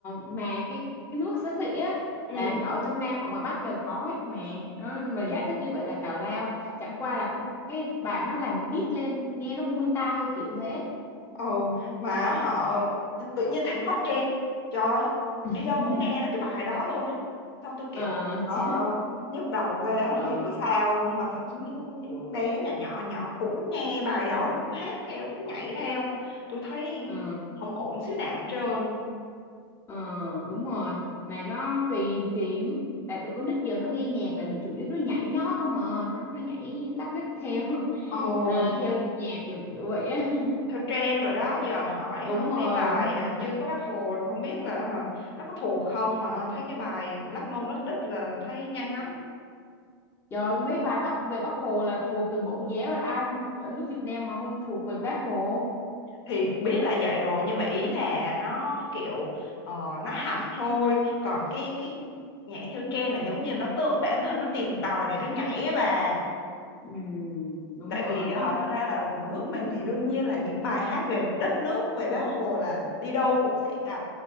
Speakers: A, on the left (about 15°); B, on the left (about 75°).
A: mà cái cái nước xá xị á
B: ừ
A: là ở trong Nam và ngoài Bắc đều có hết mà nó mà giải thích như vậy là tào lao chẳng qua là cái, cái bà nó làm beat lên nghe nó vui tai hơi kiểu thế
B: Ồ, mà họ t- tự nhiên thành hot trend. Trời ơi, đi
A: <laughs>
B: đâu cũng nghe đó cái bài đó luôn á. Xong tôi kiểu,
A: ờ
B: trời
A: <laughs>
B: ơi, nhức đầu ghê, không
A: ờ
B: hiểu sao luôn. Mà thậm chí những, những bé nhỏ nhỏ nhỏ cũng nghe bài đó rồi cũng hát theo, cũng nhảy theo. Tôi thấy
A: ờ
B: không ổn xíu nào hết trơn.
A: ờ, đúng rồi mà nó kỳ kỳ lắm. tại tụi con nít giờ nó nghe nhạc là chủ yếu nó nhảy nhót không mà nó nó nhảy lắc đích theo <laughs>
B: Ồ,
A: ờ, theo nhịp nhạc kiểu kiểu vậy á <laughs>
B: theo trend rồi đó, giờ hỏi
A: đúng
B: hỏi
A: rồi
B: mấy bài
A: đúng
B: à,
A: rồi
B: như các bác Hồ rồi không biết là hả, nó có thuộc không mà à, thấy cái bài lắc mông lắc đít là thấy nhanh lắm.
A: Trời mấy bài Bắc về Bác Hồ là thuộc từ mẫu giáo rồi ai ở nước Việt Nam mà không thuộc về Bác Hồ.
B: thì cũng biết là vậy rồi nhưng mà ý là nó kiểu ờ, nó học thôi còn cái cái nhảy theo trend là giống như nó tự bản thân nó tìm tòi để nó nhảy á bà
A: Ừ, đúng
B: tại
A: rồi.
B: vì họ thật ra là nước mình thì đương nhiên là những bài hát về đất nước về Bác Hồ là đi đâu cũng sẽ gặp